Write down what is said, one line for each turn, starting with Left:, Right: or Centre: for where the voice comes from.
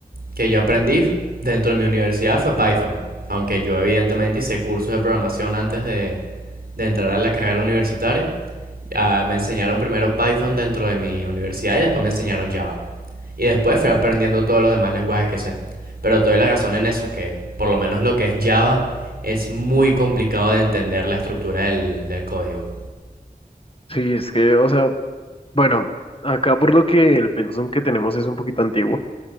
Right: que yo aprendí dentro de mi universidad fue Python. Aunque yo, evidentemente, hice cursos de programación antes de, de entrar a la carrera universitaria. Ah, me enseñaron primero Python dentro de mi universidad y después me enseñaron Java. Y después fui aprendiendo todos los demás lenguajes que sé. Pero te doy la razón en eso, que por lo menos lo que es Java es muy complicado de entender la estructura del, del código.
Left: Sí, es que, o sea, bueno, acá por lo que el pensum que tenemos es un poquito antiguo,